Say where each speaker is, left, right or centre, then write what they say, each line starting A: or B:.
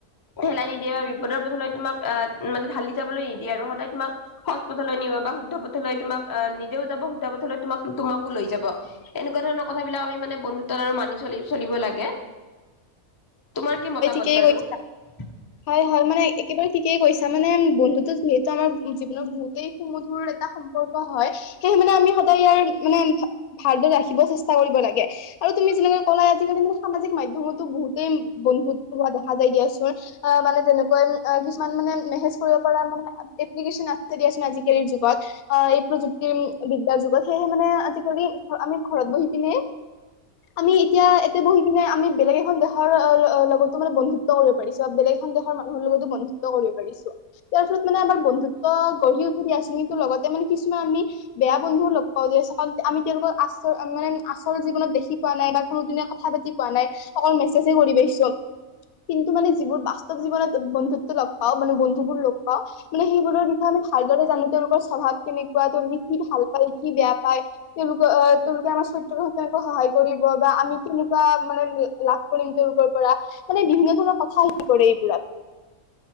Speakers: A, on the left (about 20°); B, on the left (about 80°).
A: ঢেলাই নিদিয়ে বা বিপদৰ পথ হলে তোমাক আহ মানে ঢালি যাবলৈ নিদিয়ে আৰু সদায় তোমাক <unintelligible> সঠপথলৈ নিব বা শুদ্ধ পথলৈ তোমাক নিজেও যাব শুদ্ধ পথলৈ তোমাক তোমাকো লৈ যাব। <unintelligible> এনেকুৱা ধৰণৰ কথাবিলাক আমি মানে বন্ধুত্ব আৰু মানি চলি-চলিব লাগে। তোমাৰ কি মত <unintelligible>
B: কি কৰিছা?
A: <unintelligible>
B: <inaudible> হয়-হয়, মানে একেবাৰে ঠিকেই কৈছা, মানে বন্ধুতো যিহেতু আমাৰ জীৱনত বহুতেই সুমধুৰ এটা <unintelligible> সম্পৰ্ক হয়। সেয়েহে মানে আমি সদায় ইয়াৰ মানে ভালদৰে ৰাখিব চেষ্টা কৰিব লাগে। <unintelligible> আৰু তুমি যেনেকে ক'লা আজিকালি মানে সামাজিক মাধ্যমতো বহুতেই বন্ধুত্ব হোৱা দেখা যায় দিয়া চোন। <unintelligible> অঁ! মানে তেনেকুৱা কিছুমান মানে মেহেজ কৰিব পৰা মানে <unintelligible> এপ্লিকেশচন আছে দিয়াচোন আজিকালিৰ যুগত। <unintelligible> আহ এই প্ৰযুক্তিৰ বিদ্যাৰ যুগত সেয়েহে মানে আজিকালি আমি ঘৰত বহি পিনে <unintelligible> আমি এতিয়া এইয়াতে বহি কিনে আমি বেলেগ এখন দেশৰ লগতো মানে বন্ধুত্ব কৰিব পাৰিছোঁ। <unintelligible> চোৱা বেলেগ এখন দেশৰ মানুহৰ লগতো বন্ধুত্ব কৰিব পাৰিছো। <unintelligible> তাৰপিছত মানে আমাৰ বন্ধুত্ব গঢ়ি উঠি দিয়া আছিল কিন্তু লগতে মানে কিছুমান আমি বেয়া বন্ধু লগ পাও যে চাওঁ তে আমি তেওঁলোকৰ আশৰ মানে আচল জীৱনত দেখি পোৱা নাই বা কোনোদিনে কথা পাতি পোৱা নাই, অকল মেছেজহে কৰি পাইছো। কিন্তু মানে যিবোৰ বাস্তৱ জীৱনত বন্ধুত্ব লগ পাও মানে বন্ধুবোৰ লগ পাও মানে সেইবোৰৰ বিষয়ে আমি ভালদৰে জানো, তেওঁলোকৰ স্বভাৱ কেনেকুৱা? তেওঁলোকে কি ভাল পায়? কি বেয়া পায় তেঁওলোকে আ তেওঁলোকে আমাৰ চৈ তুৰো হুকে আকৌ সহায় কৰিব বা আমি কেনেকুৱা মানে লা - লাভ কৰিম তেওঁলোকৰ পৰা মানে বিভিন্ন ধৰণৰ কথা হে কৰে এইবোৰাক।